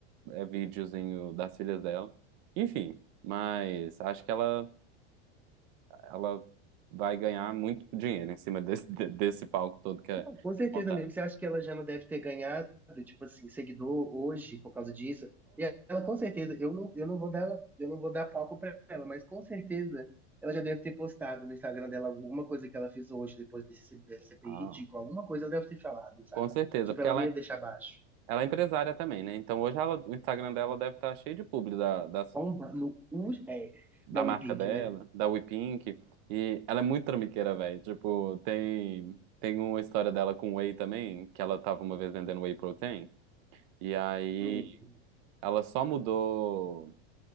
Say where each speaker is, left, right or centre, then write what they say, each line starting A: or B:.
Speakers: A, on the right; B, in the centre.
A: é videozinho das filhas dela. Enfim, mas acho que ela, ela vai ganhar muito dinheiro em cima desse, desse palco todo que é
B: Não,
A: que
B: com certeza,
A: montar.
B: amigo. Você acha que ela já não deve ter ganhado, tipo assim, seguidor hoje por causa disso? E ela, com certeza, eu não, eu não vou dar, eu não vou dar palco pra ela, mas com certeza ela já deve ter postado no Instagram dela alguma coisa que ela fez hoje, depois desse, desse CPI
A: Ah,
B: ridículo. Alguma coisa ela deve ter falado, sabe?
A: com certeza,
B: Tipo,
A: porque
B: ela
A: ela,
B: nem
A: é-
B: ia deixar baixo.
A: ela é empresária também, né? Então hoje ela, o Instagram dela
B: É,
A: deve estar cheio de publi da, das-
B: Bomba no U, é,
A: da
B: da
A: marca
B: We Pink,
A: dela,
B: né?
A: da WePink. E ela é muito trambiqueira, velho. Tipo, tem, tem uma história dela com whey também, que ela tava uma vez vendendo whey protein. E aí
B: Hum.
A: ela só mudou.